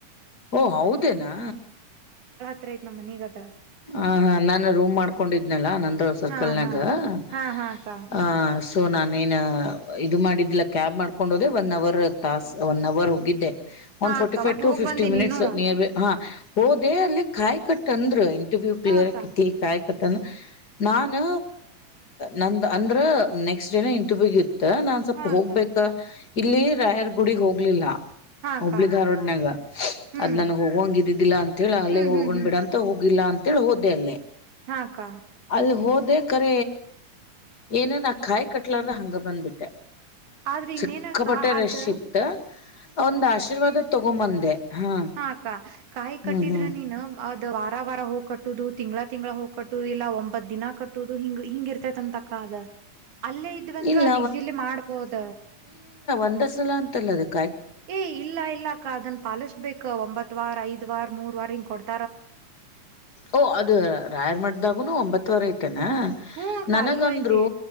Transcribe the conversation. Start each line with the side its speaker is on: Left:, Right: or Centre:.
Left: ಓ ಹೌದೇನಾ.
Right: ಅತ್ರ ನಮ್ಮ ಮನಿಗತ್ರ
Left: ಹ ಹ ನಾನು ರೂಮ್ ಮಾಡ್ಕೊಂಡಿದ್ನಲ್ಲ ನಂದ್ರ ಸರ್ಕಲ್ನಾಗ.
Right: ಹಾ ಹಾ
Left: ಹ
Right: ಹಾ ಹಾ ಅಕ್ಕ
Left: ಹ ತೋ ನಾನೇನು ಇದು ಮಾಡಿದ್ದಿಲ್ಲ ಕ್ಯಾಬ್ ಮಾಡ್ಕೊಂಡು ಹೋದೆೇ ಒನ್ ಅವರ್ ತಾಸು ಒನ್ ಅವರ್ ಹೋಗಿದ್ದೆ. ಒನ
Right: ಹಾ
Left: ಫೋರ್ಟಿ
Right: ಅಕ್ಕ
Left: ಫೈವ್
Right: ಒಟ್
Left: ಟು
Right: ಹೋಗ್
Left: ಫಿಫ್ಟಿ
Right: ಬಂದಿ
Left: ಮಿನಿಟ್ಸ್
Right: ನೀನು
Left: ನಿಯರ್ ಬಿ ಹಾ ಹೋದೇ ಅಲ್ಲಿ ಕಾಯಿ ಕಟ್ಟಂದ್ರ ಹ. ಟುಿ ಕ್ಲಿಯರ್
Right: ಹಾ ಅಕ್ಕ
Left: ೀ ಆ ಕಟ್ಟ ನಾನು ನ ಅಂದ್ರ ನೆಕ್ಸ್ಟ್ ಡೇನ ಇಂಟರ್ವ್ಯೂ ಇ ತ್ತ ನಾನ್ ಸ್ವಪ
Right: ಹಾ
Left: ಹೋಗ್ಬೇಕ
Right: ಅಕ್ಕ
Left: ಇಲ್ಲಿ
Right: ಹ್ಮ್
Left: ರಾಯರ್ ಗುಡಗ್ ಹೋಗ್ಲಿಲ್ಲ
Right: ಹಾ ಅಕ್ಕ
Left: ಹಬ್ಳಿಗ್ ಹಾರಡ್ನಾಗ
Right: ಹ್ಮ್
Left: ಅದ್ ನನ್ ಹೋಗಂಗ ಇದಿದ್ದಿಲ್ಲಾ ಅಂತ ಹೇಳಿ ಅಲ್ಲೇ
Right: ಹ್ಮ್
Left: ಹೋಗೊಂಡ್
Right: ಹ್ಮ್ ಹ್ಮ್
Left: ಬಿಡಂತೋಗ ಹೋಗಿಲ್ಲ ಅಂತೇಳಿ ಹೋದೆ ಅಲ್ಲೇ
Right: ಹಾಕ್ಕ
Left: ಅಲ್ಲಿ ಹೋದೆ ಕರ ಏನ ನ ಕಾಯಿ ಕಟ್ಲಾರ್ರ ಹಂಗ ಬಂದ್ಬಿಟ್ಟೆ
Right: ಆದ್ರ ಇನ್ನೇನಕ್ಕ
Left: ಚಿಕ್ಕಪಟ್ಟೆ
Right: ಅದ್
Left: ರೆಶ ಇತ್ತ ಒಂದ್ ಆಶೀರ್ವಾದ ತಗೊಂಬಂದೆ ಹಾ
Right: ಹಾಕ್ಕ ಕಾಯಿ ಕಟ್ಟಿದ್ರ
Left: ಹ್ಮ್ ಹ್ಮ್
Right: ನೀನ್ ಅ ವಾರ ವಾರ ಹೋಗ್ ಕಟ್ಟುದು ತಿಂಗಳ ತಿಂಗ್ಗಳ ಹೋಗಿ ಕಟ್ಟುದು ಇಲ್ಲ ಒಂಬತ್ ದಿನ ಕಟ್ಟುದು ಹಿಂಗ್ ಹಿಂಗ ಇರತೆ ಅಂತಕ ಅದ ಅಲ್ಲೇ ಇದ್ವನ್ರು
Left: ಇಲ್ಲ
Right: ಅದ್ ಈಸಿಲಿ ಮಾಡ್ಬೋದ
Left: ಅಂಡಸುಲ ಅಂತ ಅಲ್ಲ ಅ
Right: ಏ ಇಲ್ಲ ಇಲ್ಲ ಅಕ್ಕ ಅದನ್ ಪಾಲಿಸ್ಬೇಕ ಒಂಬತ್ ವಾರ ಐದ ವಾರ ಮೂರ್ ವಾರ ಹಿಂಗ ಕೊಡ್ತ
Left: ಓ ಅದ ರಾಯರ್ ಮಾಡ್ದಾಗುನು ಒಂಬತ್ತವರ ಐತೆ
Right: ಹ್ಮ ಅಕ್ಕ
Left: ನನಗಂದ್ರು
Right: ಅಲ್ಲೂ ಐತಿ